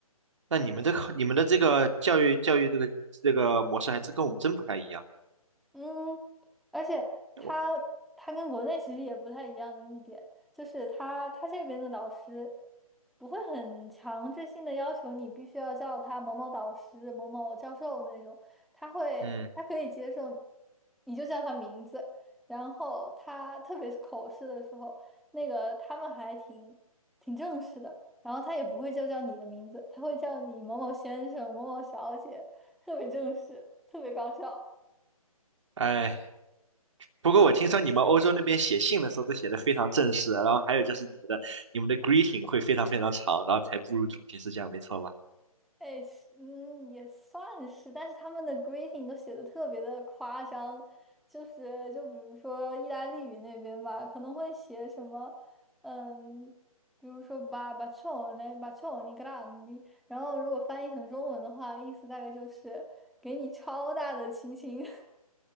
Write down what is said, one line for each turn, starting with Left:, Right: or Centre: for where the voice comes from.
Right: 那你们的考，你们的这个教育教育这个这个模式还真跟我们真不太一样。
Centre: 嗯，而且他他跟国内其实也不太一样的一点，
Right: 我
Centre: 就是他他这边的导师不会很强制性的要求你必须要叫他某某导师、某某教授那种，他会他可以接受，
Right: 嗯，
Centre: 你就叫他名字。然后他特别是口试的时候，那个他们还挺挺正式的，然后他也不会就叫你的名字，他会叫你某某先生、某某小姐，特别正式，特别搞笑。
Right: 哎，不过我听说你们欧洲那边写信的时候都写的非常正式，然后还有就是你们的你们的 greeting 会非常非常长，然后才步入主题，是这样没错吧？
Centre: 哎，是嗯，也算是，但是他们的 greeting 都写的特别的夸张，就是就比如说意大利语那边吧，可能会写什么，嗯，比如说 ba bacione bacioni grandi，然后如果翻译成中文的话，意思大概就是给你超大的亲亲。<laughs>